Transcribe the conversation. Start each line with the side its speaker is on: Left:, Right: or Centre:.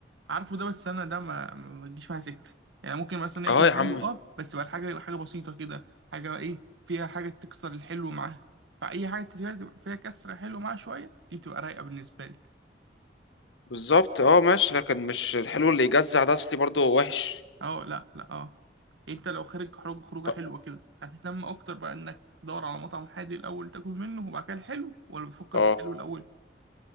Right: عارفه ده بس انا ده ما ما بتجيش معايا سكه يعني ممكن مثلا ياكل
Left: اه يا عم
Right: حلو اه بس تبقى الحاجه حاجه بسيطه كده حاجه بقى ايه فيها حاجه تكسر الحلو معاها فاي حاجه فيها فيها كسر الحلو معاها شويه دي بتبقى رايقه بالنسبه لي
Left: بالظبط اه ماشي لكن مش الحلو اللي يجزع ده اصلي برضه وحش
Right: اه لا لا اه انت لو خارج خروج خروجه
Left: ط-
Right: حلوه كده هتهتم اكتر بقى انك تدور على مطعم حادي الاول تاكل منه وبعد كده الحلو ولا بتفكر
Left: اه
Right: في الحلو الاول